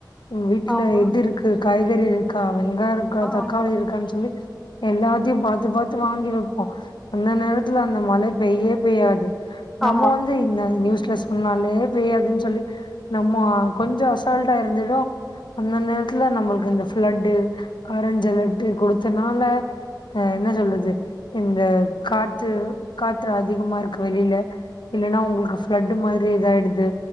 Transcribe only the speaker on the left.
வீட்ல
இது இருக்கு காய்கறி இருக்கா வெங்காய இருக்கா
தக்காளி இருக்கான்னு சொல்லி எல்லாத்தையு பாத்து பாத்து வாங்கி வைப்போ அந்த நேரத் துல அந்த மழை பெய்யே பெய்யாது நம்ம
வந் து இந்த நியூஸ்ல சொன்னாலே போயாதுன்னு சொல்லி நம்ம கொஞ்சோ அசால்டா இருந்துடு அந்த நேரத்துல நம்மளுக்கு இந்த பிளட்டு ஆரஞ்சு அலெர்ட்டு குடுத்தனால அ என்ன சொல்றது இந்த காற்று காற்று அதிகமா இருக்கு வெளில இல்லன்னா உங்களுக்கு ஃப்ளட்டு மாதிரி இதாயிடுது